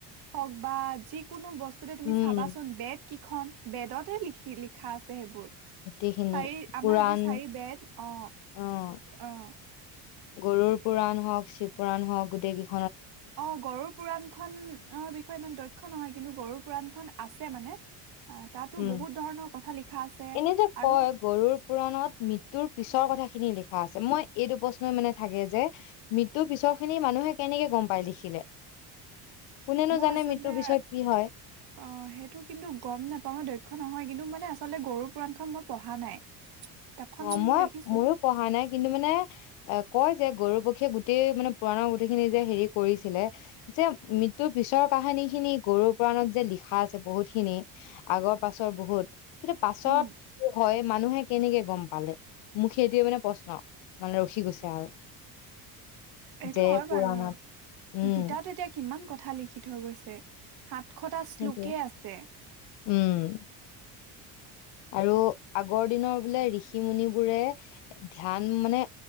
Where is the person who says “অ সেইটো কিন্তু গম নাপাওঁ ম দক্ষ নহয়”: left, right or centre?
Right